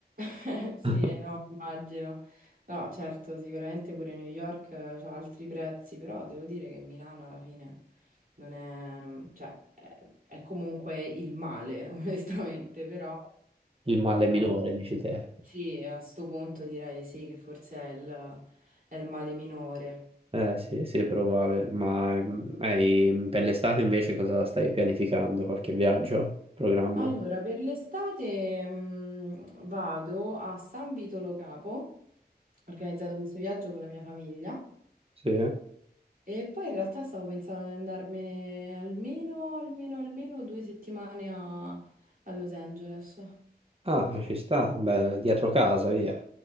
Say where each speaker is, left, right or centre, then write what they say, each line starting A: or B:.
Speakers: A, on the right (about 55°); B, on the right (about 35°).
A: <laughs> Sì,
B: <laughs>
A: no, immagino. No, certo, sicuramente pure New York ha altri prezzi, però devo dire che Milano alla fine non è, cioè, è, è comunque il male, <laughs> onestamente, però
B: Il male
A: eh,
B: minore, dici te.
A: sì, a sto punto direi sì che forse è il, è il male minore.
B: Eh sì, sì, probabile. Ma mm, hai- per l'estate invece cosa stai pianificando? Qualche viaggio? Programma?
A: Allora, per l'estate mh, vado a San Vito Lo Capo, ho organizzato questo viaggio con la mia famiglia
B: Sì.
A: e poi in realtà stavo pensando di andarmene almeno, almeno, almeno due settimane a, a Los Angeles.
B: Ah, ci sta, beh, dietro casa, via.